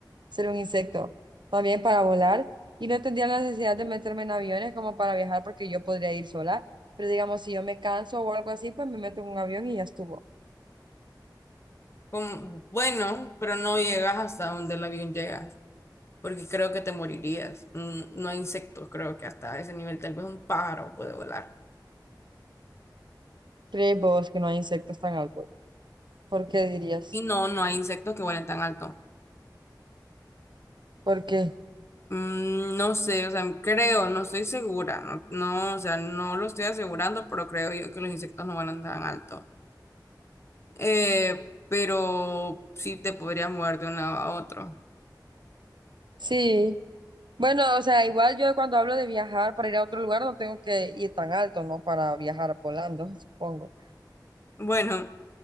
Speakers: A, on the right; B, on the left.
A: ser un insecto, también para volar y no tendría la necesidad de meterme en aviones como para viajar porque yo podría ir sola, pero digamos, si yo me canso o algo así, pues me meto en un avión y ya estuvo.
B: Como- bueno, pero no llegas hasta donde el avión llega, porque creo que te morirías. Mm, No hay insectos, creo que hasta ese nivel, tal vez un pájaro puede volar.
A: ¿Crees vos que no hay insectos tan altos? ¿Por qué dirías?
B: Y no, no hay insectos que vuelen tan alto.
A: Porque
B: Mm, No sé, o sea, creo, no estoy segura, no, no, o sea, no lo estoy asegurando, pero creo yo que los insectos no vuelan tan alto. Eh, pero sí te podrías mover de un lado a otro.
A: sí. Bueno, o sea, igual yo cuando hablo de viajar para ir a otro lugar no tengo que ir tan alto, ¿no? Para viajar a Polando, <laughs> supongo.
B: Bueno,